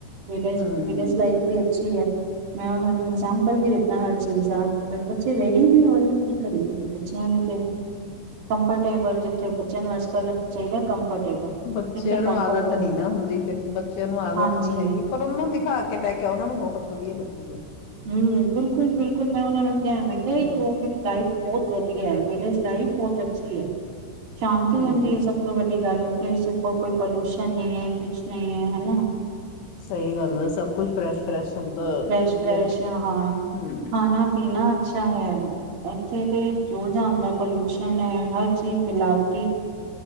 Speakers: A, on the right; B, on the left.
A: ਵਿਲੇਜ
B: ਹਮ
A: ਵਿਲੇਜ ਲਾਈਫ ਵੀ ਅੱਛੀ ਹੈ ਮੈਂ ਉਹਨਾਂ ਨੂੰ ਐਗਜਾਮਪਲ ਵੀ ਦਿੱਤਾ ਹਰ ਚੀਜ਼ ਦਾ ਪਰ ਬੱਚੇ ਰੇਡੀ ਨੀ ਹੋ ਰ ਕੀ ਕਰੀਏ ਬੱਚਿਆਂ ਨੂੰ ਤੇ ਕੰਫਰਟੇਬਲ ਜਿੱਥੇ ਬੱਚਿਆਂ ਨੂੰ ਅੱਜ ਕੱਲ ਚਾਹੀਦਾ ਕੰਫਰਟ
B: ਬੱਚਿਆਂ
A: ਜਿੱਥੇ
B: ਨੂੰ ਆਦਤ
A: ਹੈ।
B: ਫਿਰ ਬੱਚਿਆਂ ਨੂੰ ਆਦਤ
A: ਹਾਂਜੀ
B: ਨੀ ਹੈਗੀ ਪਰ ਉਹਨਾਂ ਨੂੰ ਦਿਖਾ ਕੇ ਲੈ ਕੇ ਉਹਨਾ ਨੂੰ ਬਹੁਤ ਵਧੀਆ ਲੱ ਚੱਕੂਗਾ
A: ਹਮ ਬਿਲਕੁਲ ਬਿਲਕੁਲ ਮੈਂ ਉਹਨਾਂ ਨੂੰ ਮੈਂ ਕਿਹਾ
B: ਹਮ
A: ਇੱਕ ਲਾਈਫ ਬਹੁਤ ਵਿਲੇਜ ਲਾਈਫ ਬਹੁਤ ਅੱਛੀ ਹੈ ਸ਼ਾਂਤੀ
B: ਹਮ
A: ਹੁੰਦੀ ਹੈ ਸਭ ਤੋਂ ਵੱਡੀ ਗੱਲ ਰ ਕੋਈ ਪੋਲੂਸ਼ਨ ਨਹੀਂ ਹੈ ਕੁਛ ਨਹੀਂ ਹੈ ਹਨ ਨਾ
B: ਸਹੀ ਗੱਲ ਆ ਸਭ ਕੁਛ ਫਰੈਸ਼ ਫਰੈਸ਼ ਹੁੰਦਾ
A: ਫਰੈਸ਼
B: ਮਤਲਬ
A: ਹਾਂ
B: ਹਮ
A: ਖਾਣਾ ਪੀਣਾ ਅੱਛਾ ਹੈ ਇੱਥੇ ਤੇ ਜੋ ਜਹਾਨ ਦਾ ਪੋਲਊਸ਼ਨ ਹੈ ਹਰ ਚੀਜ਼ ਮਿਲਾਵਟ